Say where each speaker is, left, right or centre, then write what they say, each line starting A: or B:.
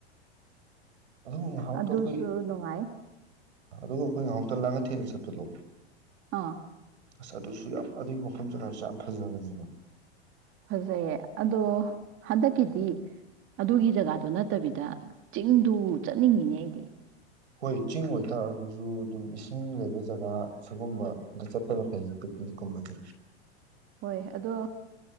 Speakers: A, on the right; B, on the right.
A: ꯑꯗꯨꯒ ꯉꯥꯏꯍꯥꯛꯇ
B: ꯑꯗꯨꯁꯨ
A: ꯑꯩꯈꯣꯏ
B: ꯅꯨꯡꯉꯥꯏ
A: ꯑꯗꯨꯒ ꯑꯩꯈꯣꯏ ꯉꯥꯏꯍꯥꯛ ꯂꯥꯡ ꯉ ꯊꯅ ꯁꯠꯗꯣ
B: ꯑꯥ
A: ꯑ ꯑꯗꯨꯁꯨ ꯌꯥꯝ ꯑꯗꯨꯒꯤ ꯃꯐꯝ ꯖꯒꯥꯁꯨ ꯌꯥꯝ ꯐꯖꯕꯅꯦꯕ
B: ꯐꯖꯑꯦ ꯑꯗꯣ ꯍꯗ ꯀꯗꯤ ꯑꯗꯨꯒꯤ ꯖꯒꯥꯗꯨꯣ ꯅꯠꯇꯕꯤꯗ ꯆꯤꯡꯗꯨ ꯆꯠꯅꯤꯡꯉꯤꯅꯦ ꯑꯩꯗꯤ
A: ꯍꯣꯏ ꯆꯤꯡ ꯑꯣꯏ ꯊꯛꯑꯒꯁꯨ ꯑꯗꯨꯝ ꯏꯁꯤꯡ ꯂꯩꯕ ꯖꯒꯥ ꯁꯤꯒꯨꯝꯕꯗ ꯆꯠꯄꯅ ꯐꯩ ꯄꯤꯛꯅꯤꯛ ꯀꯨꯝꯕꯁ
B: ꯍꯣꯏ ꯑꯗꯣ